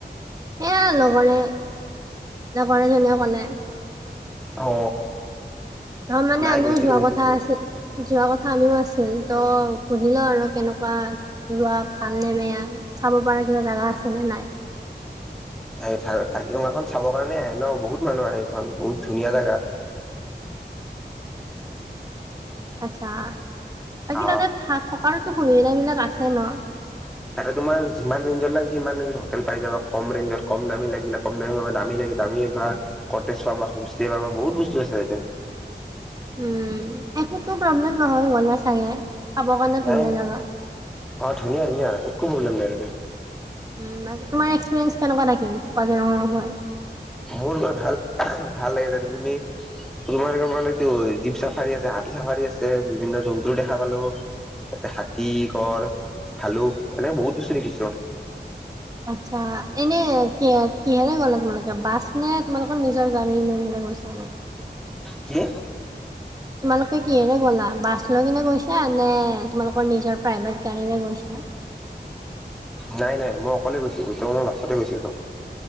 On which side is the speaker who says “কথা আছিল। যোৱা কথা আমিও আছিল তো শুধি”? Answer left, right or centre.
Right